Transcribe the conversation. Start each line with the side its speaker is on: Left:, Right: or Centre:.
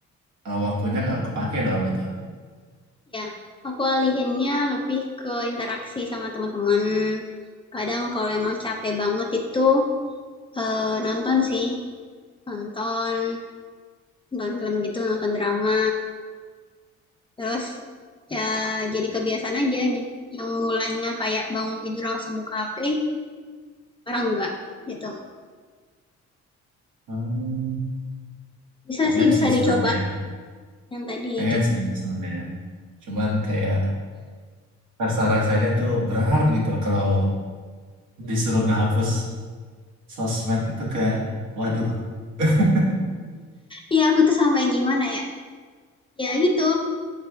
Right: eh, waktunya nggak kepake dong gitu
Left: Ya, aku alihinnya lebih ke interaksi sama teman-teman. Kadang kalau emang capek banget itu eh, nonton sih, nonton, nonton film gitu, nonton drama. Terus ya jadi kebiasaan aja. Jadi Yang mulanya kayak bangun tidur langsung buka HP, sekarang enggak gitu.
Right: Hmm.
Left: Bisa
Right: pengen
Left: sih, bisa
Right: sih sebenarnya
Left: dicoba
Right: ya.
Left: yang tadi.
Right: pengen sih sebenarnya ya. cuman kayak rasa-rasanya tuh berat gitu kalau disuruh ngehapus sosmed itu kayak waduh <laughs>
Left: Iya, aku tuh sampai gimana ya? Ya gitu,